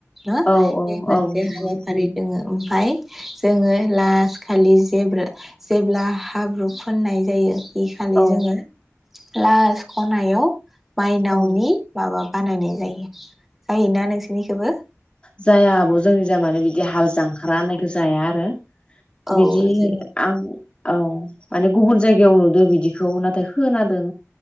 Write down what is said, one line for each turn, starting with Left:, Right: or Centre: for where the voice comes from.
Centre: न?
Left: औ औ
Centre: बे मोनसे
Left: औ नंगौ
Centre: हाबाफारि दोङो ओमफाय जोङो लास खालि जेब्ला जेब्ला हाब्रु फुननाय जायो बे खालि
Left: औ
Centre: जोङो लास खनायाव माइनावनि
Left: औ
Centre: माबा बानायनाय जायो। जायोना नोंसिनिखैबो?
Left: जाया आब, जोंनिजा मानोे बिदि हाल जांख्रा होननायखौ जाया आरो।
Centre: औ
Left: बिदि
Centre: जों
Left: आं औ माने गुबुन जायगायाव नुदों बिदिखौ नाथाय खोनादों